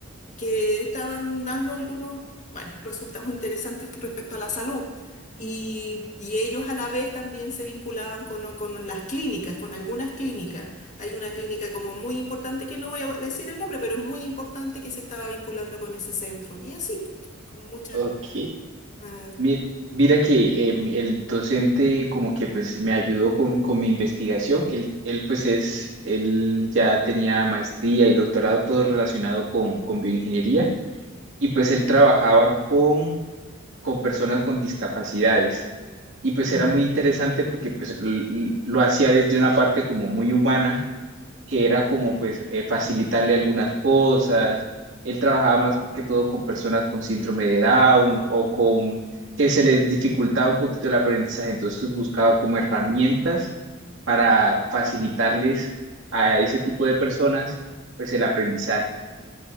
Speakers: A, on the left; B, on the right.
A: que estaban dando algunos, bueno, resultados interesantes respecto a la salud. Y, y ellos a la vez también se vinculaban con, con las clínicas, con algunas clínicas. Hay una clínica como muy importante, que no voy a decir el nombre, pero es muy importante que se estaba vinculando con ese centro. Y así, pues, con muchas...
B: Ok.
A: ah,
B: Mi- Mira que eh, el docente como que pues me ayudó con, con mi investigación. Él, él pues es, él ya tenía maestría y doctorado, todo relacionado con, con bioingeniería y pues él trabajaba con, con personas con discapacidades. Y pues
A: mm.
B: era muy interesante porque pues l- l- lo hacía desde una parte como muy humana que era como pues eh, facilitarle algunas cosas. Él trabajaba más que todo con personas con síndrome de Down o con que se les dificultaba un poquito el aprendizaje, entonces buscaba como herramientas para facilitarles a ese tipo de personas pues el aprendizaje.